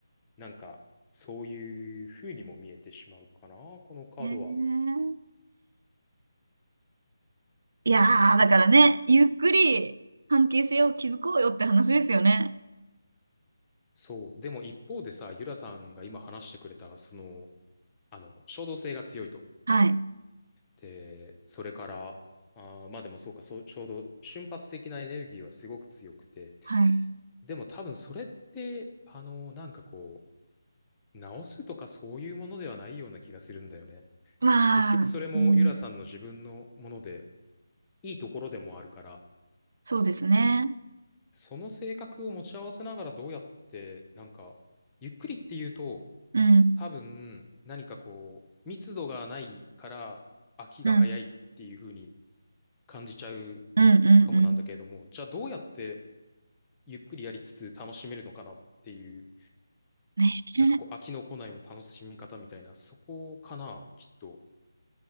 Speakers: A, on the left; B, on the right.
A: なんかそういう風にも見えてしまうかな、このカードは。
B: うんねえいやー、だからね、ゆっくり関係性を築こうよって話ですよね。
A: そう。でも一方でさ、ゆらさんが今話してくれた、その、あの、衝動性が強いと。
B: はい。
A: で、それから、あーまあでもそうか、そう、衝動、瞬発的なエネルギーはすごく強くて。
B: はい。
A: でも多分それって、あの、なんかこう、直すとかそういうものではないような気がするんだよね。
B: まあ、
A: 結局それもユラさんの自分のもので、
B: うん、
A: いいところでもあるから、
B: そうですね。
A: その性格を持ち合わせながらどうやって、なんか、ゆっくりっていうと、
B: うん。
A: 多分、何かこう、密度がないから飽きが早いっていう風に
B: うん。
A: 感じちゃう
B: うん。うん。
A: かもなんだけれども、
B: うん。
A: じゃあどうやってゆっくりやりつつ楽しめるのかなっていう、
B: <laughs>
A: なんかこう、飽きの来ないも楽しみ方みたいな、そこかな、きっと。